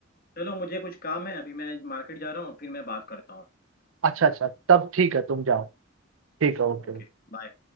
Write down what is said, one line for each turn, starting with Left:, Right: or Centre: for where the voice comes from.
Left: चलो मुझे कुछ काम है अभी मैं मार्केट जा रहा हूँ फिर मैं बात करता हूँ
Right: अच्छा अच्छा तब ठीक है तुम जाओ ठीक है ओके
Left: Okay bye